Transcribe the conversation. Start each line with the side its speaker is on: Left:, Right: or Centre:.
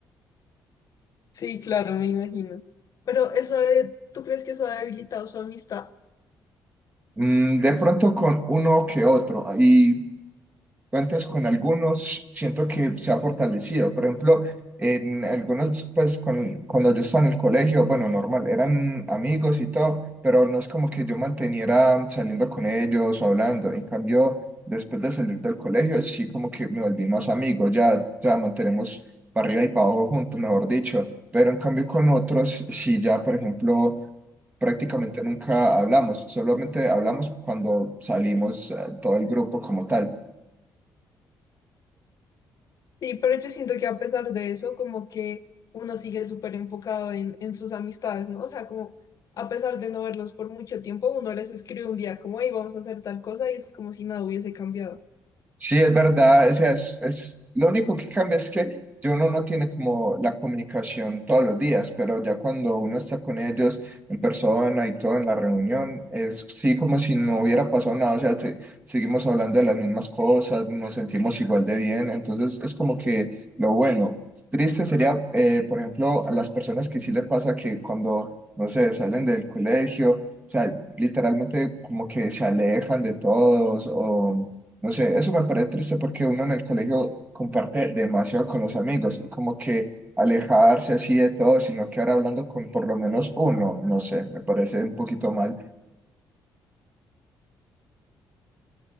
Left: Sí, claro, me imagino. Pero eso de- ¿tú crees que eso ha debilitado su amistad?
Right: Mm, De pronto con uno que otro. Y antes con algunos siento que se ha fortalecido. Por ejemplo, en algunos, pues con, cuando yo estaba en el colegio, bueno, normal, eran amigos y todo, pero no es como que yo manteniera saliendo con ellos o hablando. En cambio, después de salir del colegio, sí como que me volví más amigo, ya, ya mantenemos para arriba y para abajo juntos, mejor dicho. Pero en cambio con otros, sí ya, por ejemplo... Prácticamente nunca hablamos, solamente hablamos cuando salimos eh, todo el grupo como tal
Left: Y pero yo siento que a pesar de eso, como que uno sigue súper enfocado en, en sus amistades, ¿no? O sea, como a pesar de no verlos por mucho tiempo, uno les escribe un día como, hey, vamos a hacer tal cosa y es como si nada hubiese cambiado.
Right: Sí, es verdad, o sea, es, es- lo único que cambia es que yo uno no tiene como la comunicación todos los días, pero ya cuando uno está con ellos en persona y todo en la reunión, es sí como si no hubiera pasado nada, o sea, se- seguimos hablando de las mismas cosas, nos sentimos igual de bien, entonces es como que lo bueno. Triste sería, eh, por ejemplo, a las personas que sí le pasa que cuando, no sé, salen del colegio, o sea, literalmente como que se alejan de todos o... No sé, eso me parece triste porque uno en el colegio comparte demasiado con los amigos y como que alejarse así de todo, sino que ahora hablando con por lo menos uno, no sé, me parece un poquito mal.